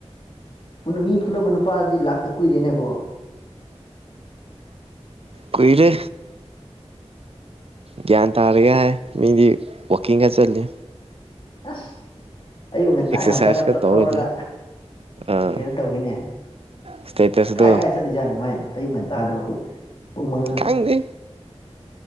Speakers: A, on the left; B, on the right.
A: ꯃꯤ ꯐꯨꯅꯕ ꯅꯨꯄꯥꯗꯨꯗꯤ ꯂꯥꯛꯇ ꯀꯨꯏꯔꯦꯅꯦꯀꯣ
B: ꯀꯨꯏꯔꯦ ꯒꯌꯥꯟ ꯇꯥꯔꯒ ꯍꯥꯏ ꯃꯤꯗꯤ ꯋꯥꯀꯤꯡ ꯀ ꯆꯜꯂꯤ
A: ꯑꯁ ꯑꯌꯨꯛ ꯉꯟꯇꯥ
B: ꯑꯦꯛꯁꯔꯁꯥꯏꯁꯀ
A: ꯉꯟꯇ ꯉꯇ
B: ꯇꯧꯔꯗꯤ
A: ꯊꯧꯔꯒ
B: ꯑꯥ
A: ꯀꯩꯅꯣ ꯇꯧꯒꯅꯦ
B: ꯏꯁꯇꯦꯇꯁꯇꯣ
A: ꯀꯥꯏ ꯀꯥꯏ ꯆꯠꯂꯤꯖꯥꯠꯅꯣꯉꯥꯏꯅꯣ ꯑꯌꯨꯛ ꯉꯟꯇꯥꯗꯕ ꯄꯨꯡ ꯃꯉꯥ
B: ꯈꯪꯗꯦ